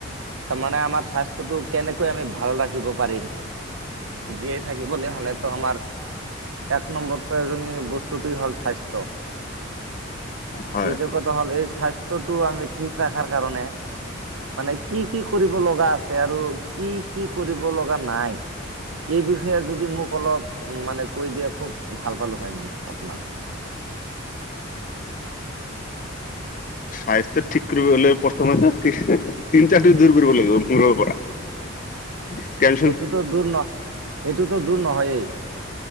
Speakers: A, on the right; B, on the left.
A: তামানে আমাৰ স্বাস্থ্যটো কেনেকৈ আমি ভাল ৰাখিব পাৰিম? জীয়াই থাকিবলে হ'লেতো আমাৰ- এক নম্বৰ প্ৰয়োজনীয় বস্তুটোৱে হল স্বাস্থ্য।
B: হয় হয়।
A: এইটো কথা হ'ল এই স্বাস্থ্যটো আমি ঠিক ৰাখাৰ কাৰণে মানে- কি কি কৰিব লগা আছে আৰু কি কি কৰিব লগা নাই? এই বিষয়ে যদি মোক অলপ মানে কৈ দিয়ে, খুব ভাল পালো হয় মই আপোনাক।
B: স্বাথ্য ঠিক কৰিব হলে প্ৰথমতে চিন্তাটো দূৰ কৰিব লাগিব মূৰৰ পৰা।
A: <inaudible>
B: দিছতেল-
A: সেইটোতো দূৰ নহ এইটোতো দূৰ নহয়েই।